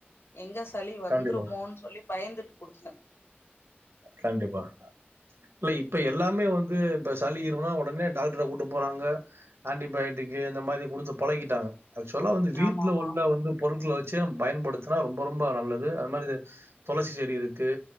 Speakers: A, on the left; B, on the right.
A: எங்க சளி வந்துருமோன்னு
B: கண்டிப்பா,
A: சொல்லி பயந்துட்டு குடுத்துட்டே
B: கண்டிப்பா இல்ல இப்ப எல்லாமே வந்து இப்ப சளி இருமல்னா ஒடனே டாக்டர் கிட்ட கூட்டு போறாங்க ஆன்டிபயாட்டிக்கு இந்த மாரி குடுத்து பழகிட்டாங்க ஆக்சுவலா வந்து வீட்ல
A: ஆமாமா
B: உள்ள வந்து பொருட்கள வெச்சு நம்ம பயன்படுத்னா ரொம்ப ரொம்ப நல்லது அது மாரி இந்த தொளசி செடி இருக்கு